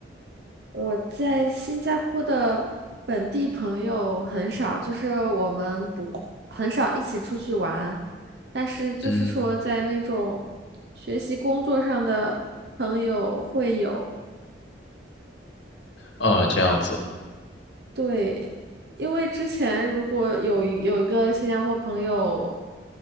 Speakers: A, on the right; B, on the left.
A: 我在新加坡的本地朋友很少，就是我们不很少一起出去玩，但是就是说在那种学习工作上的朋友会有，
B: 嗯，啊，这样子，
A: 对，因为之前如果有一有一个新加坡朋友